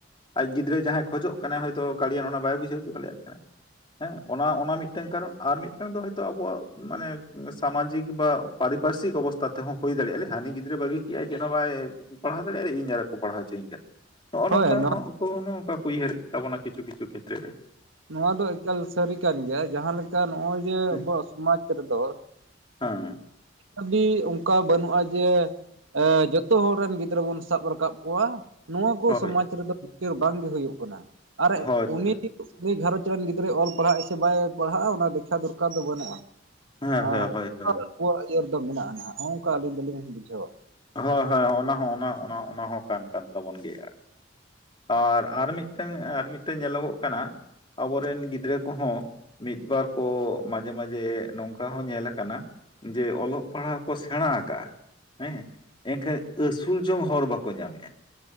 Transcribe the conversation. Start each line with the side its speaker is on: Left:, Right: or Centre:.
Left: ᱟᱡ ᱜᱤᱫᱽᱨᱟᱹ ᱡᱟᱦᱟᱸᱭ ᱠᱷᱚᱡᱚᱜ ᱠᱟᱱᱟᱭ ᱦᱚᱭᱛᱳ ᱜᱟᱲᱤᱭᱟᱱ ᱚᱱᱟ ᱵᱟᱭ ᱵᱩᱡᱷᱟᱹᱣ ᱦᱚᱪᱚ ᱫᱟᱲᱮᱭᱟᱜ ᱠᱟᱱᱟᱭ᱾ ᱦᱮᱸ, ᱚᱱᱟ ᱚᱱᱟ ᱢᱤᱫᱴᱟᱝ ᱠᱟᱨᱚᱱ ᱟᱨ ᱢᱤᱫᱴᱟᱝ ᱫᱚ ᱦᱚᱭᱛᱳ ᱟᱵᱚᱣᱟᱜ ᱢᱟᱱᱮ ᱥᱟᱢᱟᱡᱤᱠ ᱵᱟ ᱯᱟᱨᱤᱯᱟᱨᱥᱤᱠ ᱚᱵᱚᱥ ᱛᱟᱛᱮ ᱦᱚᱸ ᱦᱩᱭ ᱫᱟᱲᱮᱭᱟᱜᱼᱟ ᱞᱮ ᱦᱟᱹᱱᱤ ᱜᱤᱫᱽᱨᱟᱹ ᱵᱟᱹᱜᱤ ᱠᱮᱫᱼᱟᱭ ᱪᱮᱫ ᱦᱚᱸ ᱵᱟᱭ ᱯᱟᱲᱦᱟᱣ ᱫᱟᱲᱮᱟᱭ ᱤᱧ ᱟᱨ ᱠᱚ ᱯᱟᱲᱦᱟᱣ ᱦᱚᱪᱚᱤᱧ ᱠᱟᱱᱟ᱾ ᱱᱚᱜᱼᱚ
Right: ᱦᱳᱭ
Left: ᱱᱚᱝᱠᱟ
Right: ᱱᱚᱣᱟ
Left: ᱦᱚᱸ ᱚᱠᱚᱱᱚ ᱱᱚᱝᱠᱟ ᱠᱚ ᱩᱭᱦᱟᱹᱨᱮᱫ ᱛᱟᱵᱱᱟ ᱠᱤᱪᱷᱩ ᱠᱤᱪᱷᱩ ᱠᱷᱮᱛᱨᱮ ᱨᱮ᱾
Right: ᱱᱚᱣᱟ ᱫᱚ ᱮᱠᱟᱞ ᱥᱟᱹᱨᱤ ᱠᱟᱱ ᱜᱮᱭᱟ ᱡᱟᱦᱟᱸ ᱞᱮᱠᱟ ᱱᱚᱜᱼᱚᱭ ᱡᱮ
Left: ᱦᱮᱸ
Right: ᱟᱵᱚᱣᱟᱜ ᱥᱚᱢᱟᱡ ᱨᱮᱫᱚ
Left: ᱦᱮᱸ᱾
Right: ᱟᱹᱰᱤ ᱩᱝᱠᱟ ᱵᱟᱹᱱᱩᱜᱼᱟ ᱡᱮ ᱡᱚᱛᱚ ᱦᱚᱲ ᱨᱮᱱ ᱜᱤᱫᱽᱨᱟᱹ ᱵᱚᱱ ᱥᱟᱵ ᱨᱟᱠᱟᱵ ᱠᱚᱣᱟ᱾ ᱱᱚᱣᱟ ᱠᱚ
Left: ᱦᱳᱭ
Right: ᱥᱚᱢᱟᱡᱽ ᱨᱮᱫᱚ ᱩᱪᱟᱹᱨ ᱵᱟᱝᱜᱮ ᱦᱩᱭᱩᱜ ᱠᱟᱱᱟ ᱟᱨ
Left: ᱦᱳᱭ
Right: ᱩᱱᱤ
Left: ᱦᱳᱭ
Right: ᱩᱱᱤ ᱜᱷᱟᱨᱚᱪ ᱨᱮᱱ ᱜᱤᱫᱽᱨᱟᱹ ᱚᱞ ᱯᱟᱲᱦᱟᱜᱼᱟᱭ ᱥᱮ ᱵᱟᱭ ᱯᱟᱲᱦᱟᱜᱼᱟ ᱚᱱᱟ ᱫᱮᱠᱷᱟ ᱫᱚᱨᱠᱟᱨ ᱫᱚ ᱵᱟᱹᱱᱩᱜᱼᱟ᱾
Left: ᱦᱮᱸ
Right: ᱟᱸ
Left: ᱦᱮᱸ ᱦᱳᱭ
Right: ᱚᱠᱟᱨ
Left: ᱦᱳᱭ
Right: ᱟᱵᱚᱣᱟᱜ ᱤᱭᱟᱹ ᱨᱮᱫᱚ ᱢᱮᱱᱟᱜᱼᱟᱱ ᱦᱟᱸᱜ ᱚᱝᱠᱟ ᱟᱹᱞᱤᱧ ᱫᱚᱞᱤᱧ ᱵᱩᱡᱷᱟᱹᱣᱼᱟ᱾
Left: ᱦᱳᱭ ᱦᱳᱭ ᱚᱱᱟ ᱦᱚᱸ ᱚᱱᱟ ᱚᱱᱟ ᱚᱱᱟ ᱦᱚᱸ ᱠᱟᱱ ᱠᱟᱱ ᱛᱟᱵᱚᱱ ᱜᱮᱭᱟ᱾ ᱟᱨ ᱟᱨ ᱢᱤᱫᱴᱮᱝ ᱟᱨ ᱢᱤᱫᱴᱟᱝ ᱧᱮᱞᱚᱜᱚᱜ ᱠᱟᱱᱟ ᱟᱵᱚᱨᱮᱱ ᱜᱤᱫᱽᱨᱟᱹ ᱠᱚᱦᱚᱸ ᱢᱤᱫᱵᱟᱨ ᱠᱚ ᱢᱟᱡᱷᱮ ᱢᱟᱡᱷᱮ ᱱᱚᱝᱠᱟ ᱦᱚᱸ ᱧᱮᱞ ᱟᱠᱟᱱᱟ ᱡᱮ ᱚᱞᱚᱜ ᱯᱟᱲᱦᱟᱣ ᱠᱚ ᱥᱮᱬᱟ ᱟᱠᱟᱜᱼᱟ, ᱦᱮᱸ ᱮᱱᱠᱷᱟᱹᱡ ᱟᱹᱥᱩᱞ ᱡᱚᱝ ᱦᱚᱲ ᱵᱟᱠᱚ ᱧᱟᱢᱮᱜᱼᱟ᱾